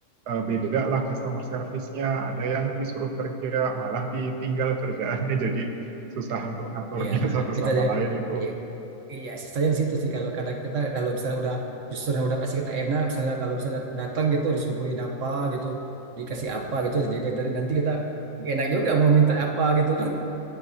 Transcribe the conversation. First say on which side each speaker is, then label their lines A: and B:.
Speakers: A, on the right; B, on the right.
A: eh, beda lah customer service-nya ada yang disuruh kerja malah ditinggal kerjaannya <laughs> jadi susah untuk ngaturnya
B: Ya,
A: <laughs> satu sama
B: kita jadi
A: lain itu
B: ya,
A: <laughs>
B: iya saya di situ sih kalau kadang kita kalau misalnya udah justru yang udah kasih kita enak, misalnya kalau misalnya datang gitu disuguhin apa gitu, dikasih apa gitu, jadi dari dari nanti kita nggak enak juga mau minta apa gitu kan,